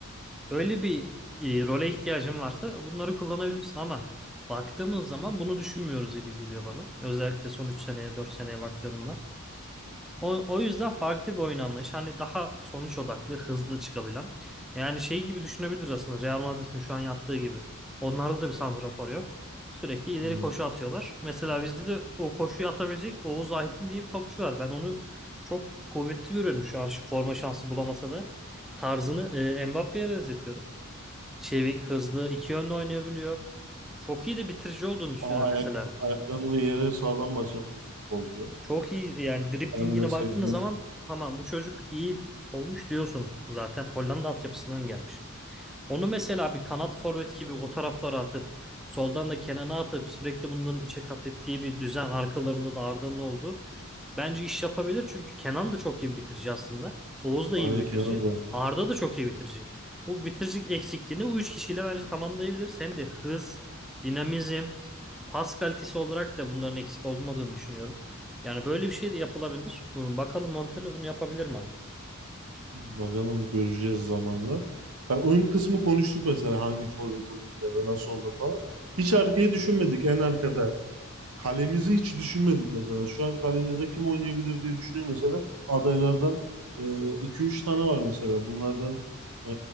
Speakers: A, in the centre; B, on the right.
A: öyle bir e, role ihtiyacın varsa bunları kullanabilirsin ama baktığımız zaman bunu düşünmüyoruz gibi geliyor bana. Özellikle son 3 seneye 4 seneye baktığımda. O, o yüzden farklı bir oyun anlayışı. Hani daha sonuç odaklı, hızlı çıkabilen. Yani şey gibi düşünebiliriz aslında. Real Madrid'in şu an yaptığı gibi. Onlarda da bir santrafor yok. Sürekli ileri
B: Aynen.
A: koşu atıyorlar. Mesela bizde de o koşuyu atabilecek Oğuz Aydın diye bir topçu var. Ben onu çok kuvvetli görüyorum şu an şu forma şansı bulamasa da tarzını e, Mbappe'ye benzetiyorum çevik, hızlı, iki yönlü oynayabiliyor. Çok iyi de bitirici olduğunu düşünüyorum
B: Aa, ayak,
A: mesela.
B: ayaklarını da yere sağlam basan bir futbolcu.
A: Çok iyi yani driblingine
B: Ben de sevdiğim
A: baktığınız zaman tamam bu çocuk iyi olmuş diyorsunuz. Zaten Hollanda altyapısından gelmiş. Onu mesela bir kanat forvet gibi o taraflara atıp soldan da Kenan'a atıp sürekli bunların içe kat ettiği bir düzen arkalarında da Arda'nın oldu. Bence iş yapabilir çünkü Kenan da çok iyi bir bitirici aslında. Oğuz da
B: Aynen
A: iyi bir bitirici.
B: Kenan da
A: Arda da çok iyi bitirici. Bu bitiricilik eksikliğini bu üç kişiyle bence tamamlayabiliriz. Hem de hız, dinamizm, pas kalitesi olarak da bunların eksik olmadığını düşünüyorum. Yani böyle bir şey de yapılabilir. Bakalım Montella bunu yapabilir mi ama?
B: Bakalım göreceğiz zamanla. Ben ön kısmı konuştuk mesela hangi forvet olur ya da nasıl olur falan. Hiç arkayı düşünmedik en arkada. Kalemizi hiç düşünmedik mesela. Şu an kalemizde kim oynayabilir diye düşünüyor mesela. Adaylardan e, iki üç tane var mesela. Bunlardan e,